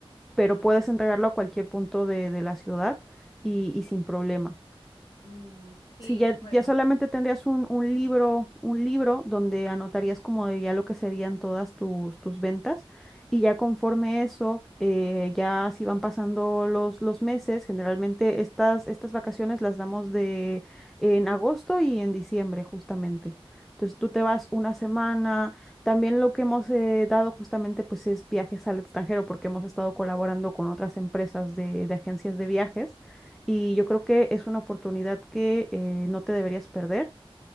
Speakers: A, in the centre; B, on the left.
A: pero
B: Claro.
A: puedes entregarlo a cualquier punto de, de la ciudad y, y sin problema.
B: Mm, sí,
A: Si ya,
B: bueno.
A: ya solamente tendrías un, un libro, un libro donde anotarías como de ya lo que serían todas tus, tus ventas y ya conforme eso, eh, ya si van pasando los, los meses, generalmente estas, estas vacaciones las damos de en agosto y en diciembre justamente. Entonces tú te vas una semana. También lo que hemos eh, dado justamente pues es viajes al extranjero porque hemos estado colaborando con otras empresas de, de agencias de viajes y yo creo que es una oportunidad que eh, no te deberías perder,